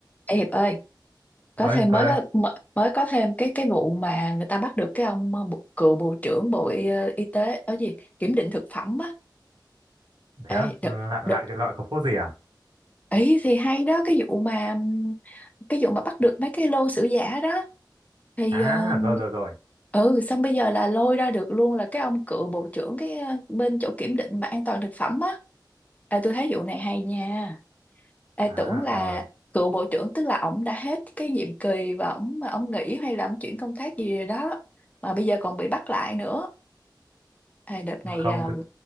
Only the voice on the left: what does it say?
Ê Hiệp ơi, có
thêm
mới
có mới mới có thêm cái cái vụ mà người ta bắt được cái ông ờ, bộ, cựu bộ trưởng Bộ Y, ờ, Y tế ở gì kiểm định thực phẩm á.
Ê,
đợt,
đợt,
ấy thì hay đó cái vụ mà ừm, cái vụ mà bắt được mấy cái lô sữa giả đó thì
ờ,
ừ xong bây giờ là lôi ra được luôn là cái ông cựu bộ trưởng cái ờ, bên chỗ kiểm định mà an toàn thực phẩm á. À, tôi thấy vụ này hay nha. Ê,
tưởng là
cựu bộ trưởng tức là ổng đã hết cái nhiệm kỳ và ổng mà ổng nghỉ hay là ổng chuyển công tác gì rồi đó mà bây giờ còn bị bắt lại nữa Ê, đợt này
à,